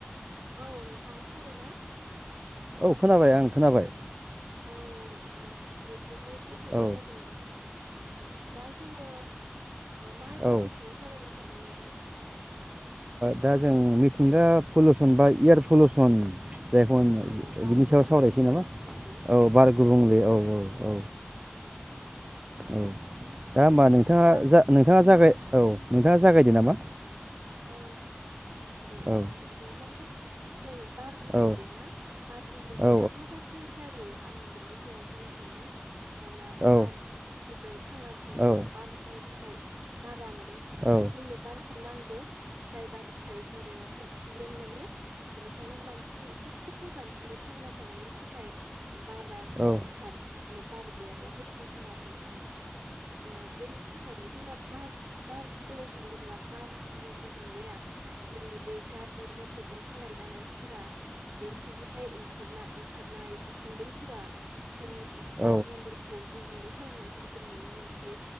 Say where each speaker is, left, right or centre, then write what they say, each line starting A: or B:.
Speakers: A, on the right; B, on the right.
A: औ नोंथां खोनाबाय ना
B: औ खोनाबाय आं खोनाबाय
A: औ औ ने ट्रकनि एसे प्रब्लेम
B: औ
A: जादोंमोन औ दा जोङो मा ओ आयदानि
B: औ
A: सायाव सावरायनो सानदों नोंथां
B: दा जों मिथिंगा पलुसन बा एयार पलुसन जायखौ <unintelligible>
A: औ बार
B: बिनि
A: गुबुंले
B: सायाव सावरायसै
A: होनोना
B: नामा
A: जायखौ
B: औ बार गुबुंले औ औ औ
A: औ
B: औ दा होमबा नोंथाङा
A: बार
B: जा
A: गु
B: नोंथाङा जागाय औ नोंथाङा जागायदो नामा
A: औ दे नोंथां
B: औ
A: बिदिबा माने जै बार गुबुंलेना
B: औ
A: बार गुबुंलेया
B: औ
A: माबायदिहै जायो आं बिनि सायाव बुंनो सानदों मानोना
B: औ
A: बार जोङो थांना थानायाव
B: औ
A: बारनि थाखाय बारा माने <unintelligible>
B: औ
A: जोंनो बारखौ नांगौ जाय बारिनिफ्राय जोङो अक्सिजेन <unintelligible> मोनो बेनिखायनो मानसिनि साफ्रोमबो मानसिनो थांना थानायनि थाखाय बारा गोनांथार
B: औ
A: माने बार गैयाब्लाथाय जों थांना थानो हाया बेनि थाखायनो <unintelligible> बार बार पलिउसन जेनबा बार बे गुबुंलेया जोंनि बे गारि मथर सालायोना मानसिफोरा बेफोरनिफ्राय ओंखारना ओंखार नाय उखुन्दैफोरा जोंनि
B: औ
A: बार मन्दलखौ गुबुंले खालामनायखौ जों नुनो मोनसै